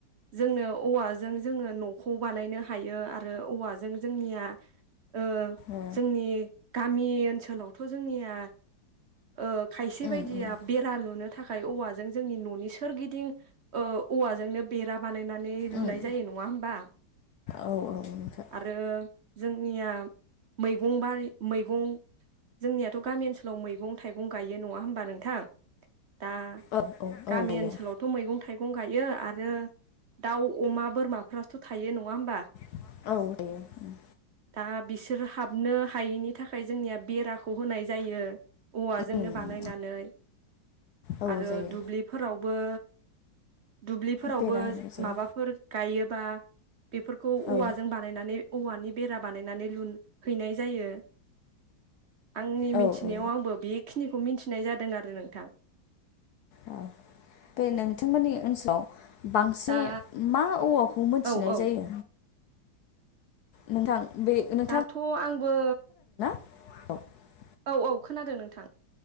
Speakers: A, on the right; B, on the left.
A: जोंनो औवाजों जोङो नखौ बानायनो हायो आरो औवाजों जोंनिया ओ
B: ओ
A: जोंनि गामि ओनसोलावथ' जोंनिया ओ खायसे
B: उम
A: बायदिया
B: उम
A: बेरा लुनो थाखाय औवाजों जोंनि ननि सोरगि दिं ओ औवाजोंनो बेरा बानायनानै लुनाय
B: उम
A: जायो नङा होमबा?
B: औ औ नोंथां
A: आरो जोंनिया मैगं बारि मैगं जोंनियाथ' गामि ओनसोलाव मैगं-थाइगं गायो नङा होमबा नोंथां? दा
B: औ औ
A: गामि
B: औ जायो
A: ओनसोलाव मैगं-थाइगं गायो आरो दाउ अमा बोरमाफ्राथ' थायो नङा होमबा?
B: औ थायो उम।
A: दा बिसोर हाबनो हायैनि थाखाय जोंनिया बेराखौ होनाय जायो औवाजोंनो
B: उम
A: बानायनानै।
B: औ
A: आरो
B: जायो
A: दुब्लिफोरावबो दुब्लिफोरावबो
B: बेरा होनाय जायो
A: माबाफोर गायो बा बेफोरखौ औवाजों
B: औ
A: बानायनानै औवानि बेरा बानायनानै लुनहैनाय जायो। आंनि
B: औ
A: मिथिनायाव
B: औ
A: आंबो बेखिनि खौ मिथिनाय जादों आरो नोंथां।
B: औ बे नोंथांमोननि ओनसोलाव बांसिन
A: दा
B: मा औवाखौ मोनथिनाय
A: औ औ
B: जायो? नोंथां बे नोंथाङा
A: दाथ' आंबो
B: <unintelligible>
A: औ औ खोनादों नोंथां।